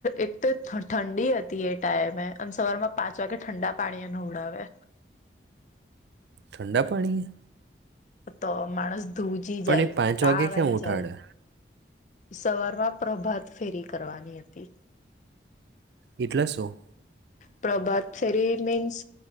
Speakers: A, on the left; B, on the right.
A: એક તો ઠંડી હતી એ ટાઈમે અનેમ સવાર માં પાંચ વાગે ઠંડા પાણી એ નવડાવે
B: ઠંડાડા પાણીએ
A: તો માણસ ધ્રુજી જાય,
B: એ પાંચ
A: તાવ
B: વાગે કેમ
A: આઇ
B: ઉઠાડે
A: જાય સવાર માં પ્રભાત ફેરી કરવાની હતી.
B: એટલે શું?
A: પ્રભાત ફેરી મીન્સ